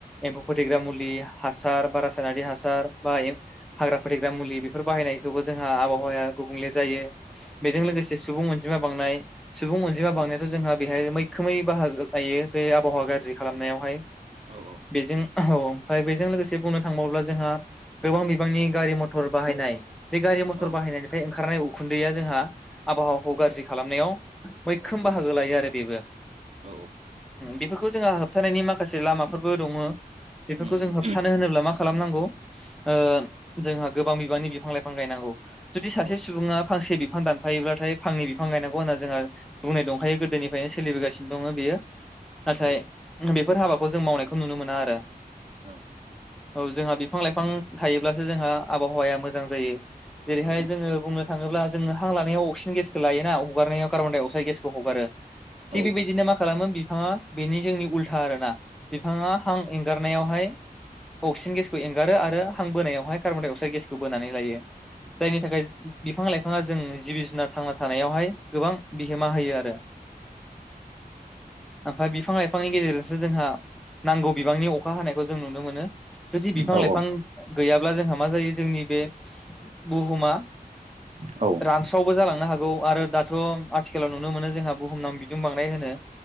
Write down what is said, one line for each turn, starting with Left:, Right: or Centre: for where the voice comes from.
Centre: एम्फौ फोथैग्रा मुलि हासार बा रासायनारि हासार बा एम हाग्रा फोथेग्रा मुलि बेफोर बाहायनायखौबो जोंहा आबाव हाबहावाया गुबुंले जायो। बेजों
Right: औ
Centre: लोगोसे सुबुं मोनसे जिमा बांनाय सुबुं अनजिमा बांनायाथ'
Right: औ
Centre: जोंहा बेहाय मै खोमै बाहागो लायो बे आबहावा गाज्रि खालामनायावहाय।
Right: औ
Centre: बेजों औ आमफ्राय बेजों लोगोसे बुंनो थांङोब्ला जोंहा गोबां बिबांनि गारि मथर बाहायनाय बे गारि बाहायनायनिफ्राय
Right: औ
Centre: ओखारनाय उखुन्दैया जोंहा आबहावाखौ गाज्रि खालामनायाव मैखोम बाहागो लायो आरो बेबो
Right: औ
Centre: बेफोरखौ जोंहा होबथानायनि माखासे लामाफोरबो दङ बेफोरखौ
Right: उम
Centre: जों
Right: उम
Centre: होबथानो होनोब्ला मा खालामनांगौ ओ जोंहा गोबां बिबांनि बिफां लाइफां गायनांगौ जुदि सासे
Right: औ
Centre: सुबुङा फांसे बि बिफां दानफायोब्लाथाय फांनै बिफां गायनांगौ होनना जोंहा बुंनाय दंखायो गोदोनिफ्रायनो सोलिबोगासिनो दङ बेयो नाथाय
Right: औ
Centre: बे बेफोर हाबाखौ जों मावनायखौ नुनो मोना आरो
Right: औ
Centre: औ जोंहा बिफां लाइफां थायोब्लासो जोंहा आबहावाया मोजां जायो जेरैहाय
Right: औ
Centre: जोङो बुंनो थाङोब्ला जोङो हां लानायाव अक्सिजेन गेसखौ लायोोना हगारनायाव कार्बन-डाइ-अक्साइड गेसखौ हगारो थिग
Right: औ
Centre: बेबायदिनो मा खालामो बिफाङा बेनि जोंनि उल्था आरोना बिफाङा हां एंगार गारनायावहाय अक्सिजेन गेसखौ एंगारो आरो हां बोनायावहाय कार्बन डाइ अक्साइद गेसखौ बोनानै लायो जायनि थाखाय बिफां लाइफाङा जों जिबि जुनार थांना थानायावहाय गोबां बिहोमा होयो आरो औ ओमफ्राय बिफां लाइफांनि गेजेरजोंसो जोंहा नांगौ बिबांनि अखा हानायखौ जों नुनो मोनो जुदि बिफां
Right: औ
Centre: लाइफां गैयाब्ला जोंहा मा जायो जोंनि बे बुहुमा
Right: औ
Centre: रानस्रावबो जालांनो हागोन नौ आरो दाथ' आथिखालाव नुनो मोनो जोंहा बुहुमनाङैनो बिदुं बांनाय होनो